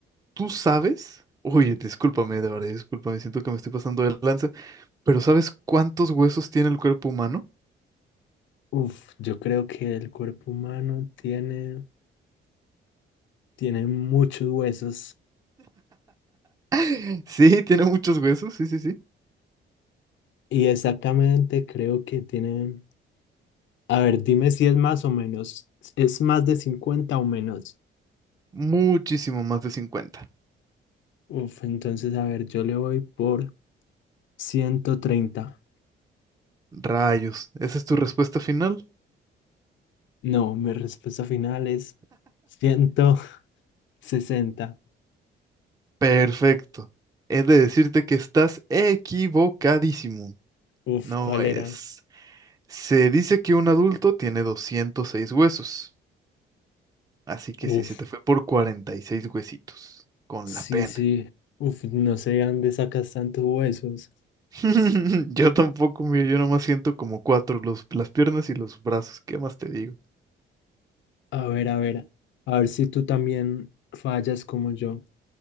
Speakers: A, on the right (about 20°); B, on the left (about 70°).
A: ¿Tú sabes? oye, discúlpame, de verdad, discúlpame, siento que me estoy pasando de lanza, pero ¿sabes cuántos huesos tiene el cuerpo humano?
B: Uf, yo creo que el cuerpo humano tiene, tiene muchos huesos.
A: <laughs> Sí, tiene muchos huesos, sí, sí, sí.
B: Y exactamente creo que tiene... A ver, dime si es más o menos. ¿Es más de 50 o menos?
A: Muchísimo más de cincuenta.
B: Uf, entonces, a ver, yo le voy por 130.
A: Rayos, ¿esa es tu respuesta final?
B: No, mi respuesta final es ciento sesenta.
A: Perfecto. He de decirte que estás equivocadísimo.
B: Uf,
A: No
B: ¿cuál
A: es.
B: era?
A: Se dice que un adulto tiene 206 huesos, así que
B: Uf,
A: sí, se te fue por 46 huesitos, con
B: sí,
A: la pena.
B: sí. Uf, no sé de dónde sacas tantos huesos.
A: <laughs> Yo tampoco, mira, yo nomás siento como cuatro, los, las piernas y los brazos. ¿Qué más te digo?
B: A ver, a ver. A ver si tú también fallas como yo.